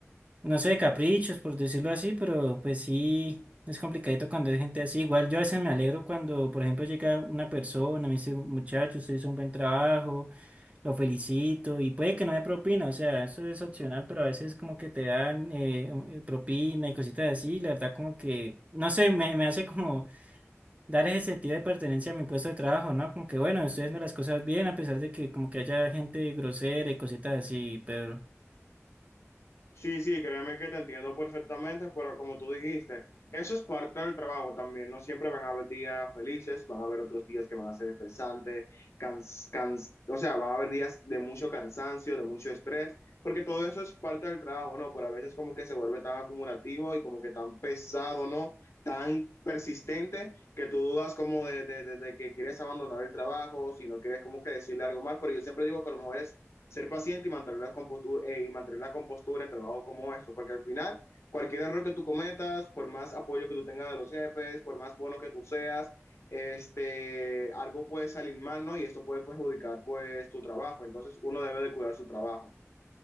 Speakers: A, on the right; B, on the left.
A: no sé, caprichos, por decirlo así, pero pues sí, es complicadito cuando hay gente así. Igual yo a veces me alegro cuando, por ejemplo, llega una persona, me dice, muchacho, usted hizo un buen trabajo, lo felicito, y puede que no haya propina, o sea, eso es opcional, pero a veces como que te dan eh, eh, propina y cositas así, la verdad como que, no sé, me, me hace como dar ese sentido de pertenencia a mi puesto de trabajo, ¿no? Como que bueno, estoy haciendo las cosas bien a pesar de que como que haya gente grosera y cositas así, pero
B: Sí, sí, créeme que te entiendo perfectamente, pero como tú dijiste, eso es parte del trabajo también. No siempre van a haber días felices, van a haber otros días que van a ser estresantes, cans- cans- o sea, van a haber días de mucho cansancio, de mucho estrés, porque todo eso es parte del trabajo, ¿no? Pero a veces como que se vuelve tan acumulativo y como que tan pesado, ¿no? Tan persistente que tú dudas como de, de, de- de que quieres abandonar el trabajo, si no quieres como que decirle algo más, pero yo siempre digo que a lo mejor es ser paciente y mantener la compostura, eh, y mantener la compostura en trabajos como esto, porque al final cualquier error que tú cometas, por más apoyo que tú tengas de los jefes, por más bueno que tú seas, este, algo puede salir mal, ¿no? Y esto puede perjudicar pues tu trabajo, entonces uno debe de cuidar su trabajo.